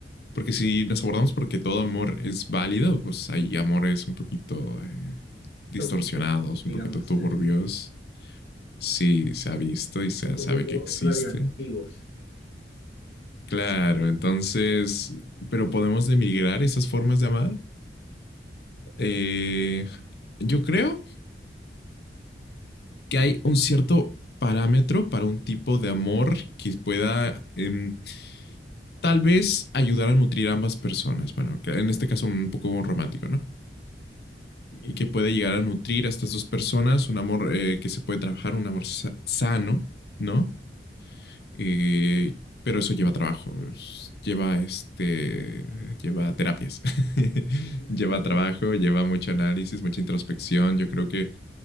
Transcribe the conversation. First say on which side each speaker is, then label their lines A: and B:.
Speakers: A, on the left (about 65°); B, on the left (about 85°).
A: porque si nos abordamos porque todo amor es válido, pues hay amores un poquito eh, distorsionados,
B: Tóxicos, digamos,
A: un poquito turbios,
B: <laughs>
A: sí, se ha visto y se
B: un poquito
A: sabe que existe.
B: radioactivos.
A: Claro, entonces, pero podemos demigrar esas formas de amar. Eh, yo creo que hay un cierto parámetro para un tipo de amor que pueda em, tal vez ayudar a nutrir a ambas personas. Bueno, que en este caso un poco romántico, ¿no? Y que pueda llegar a nutrir a estas dos personas, un amor eh, que se puede trabajar, un amor sa- sano, ¿no? Eh, pero eso lleva trabajo, lleva este, lleva terapias, <laughs> lleva
B: Pues
A: trabajo,
B: sí,
A: lleva mucho análisis, mucha introspección. Yo creo que,